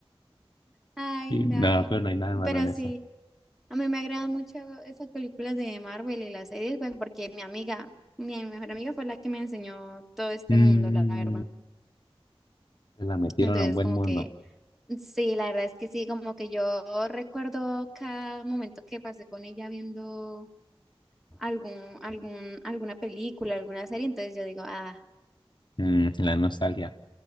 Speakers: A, in the centre; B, on the left.
A: Ay,
B: Y
A: no.
B: no, pero no hay nada malo
A: Pero
B: en eso.
A: sí, a mí me agradan mucho esas películas de Marvel y las series, pues porque mi amiga, mi mejor amiga fue la que me enseñó todo este
B: Mm,
A: mundo, la verdad.
B: pues, la metieron
A: Entonces,
B: a un buen
A: como
B: mundo.
A: que, sí, la verdad es que sí, como que yo recuerdo cada momento que pasé con ella viendo algún, algún, alguna película, alguna serie, entonces yo digo, ah,
B: Mm, la nostalgia.